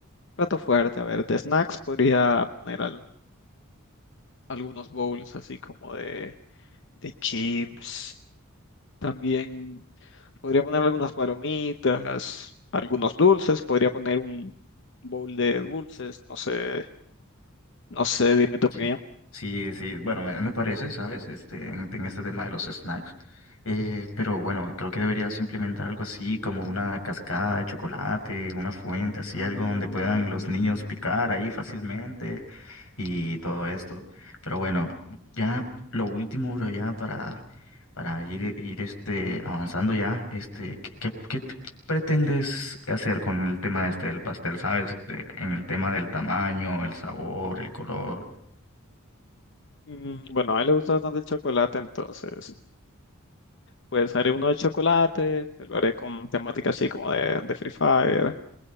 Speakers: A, on the left; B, on the left.
A: plato fuerte. A ver, de snacks podría poner al- algunos bowls así como de, de chips. También podría poner algunas palomitas, algunos dulces. Podría poner un bowl de dulces. No sé, no sé, dime tu
B: Sí,
A: opinión.
B: sí, sí, bueno, me, me parece, ¿sabes? Este, en, en este tema de los snacks. Eh, pero bueno, creo que deberías implementar algo así como una cascada de chocolate, una fuente, así
A: Mm,
B: algo donde puedan los niños picar ahí fácilmente y todo esto. Pero bueno, ya lo último, bro, ya para, para ir, ir este, avanzando ya, este, ¿qué, qué, qué t- pretendes hacer con el tema este del pastel, ¿sabes? De- en el tema del tamaño, el sabor, el color.
A: mm, Bueno, a él le gusta bastante el chocolate, entonces, pues haré uno de chocolate, se lo haré con temática así como de, de Free Fire.